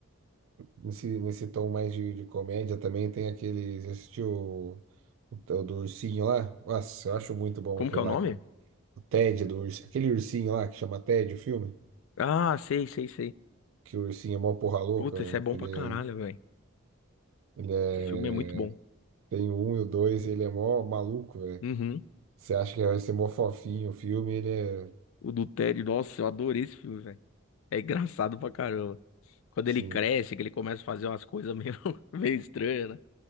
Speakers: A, on the right; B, on the left.
A: Nesse, nesse tom mais de, de comédia também tem aquele. Você assistiu o, o, t- do ursinho lá? Nossa, eu acho muito bom
B: Como
A: aquele
B: que é o
A: lá,
B: nome?
A: cara. O Ted do ursinho. Aquele ursinho lá que chama Ted, o filme.
B: Ah, sei, sei, sei.
A: Que o ursinho é mó porra louca,
B: Puta,
A: velho.
B: esse é bom
A: Ele
B: pra caralho,
A: é,
B: velho.
A: ele
B: Esse filme é muito bom.
A: é. Tem o um e o dois, ele é mó maluco, velho.
B: Uhum.
A: Você acha que vai ser mó fofinho o filme, ele é.
B: O do Ted, nossa, eu adorei esse filme, velho. É engraçado pra caramba. Quando
A: Sim.
B: ele cresce, que ele começa a fazer umas coisas meio, <laughs> meio estranhas, né?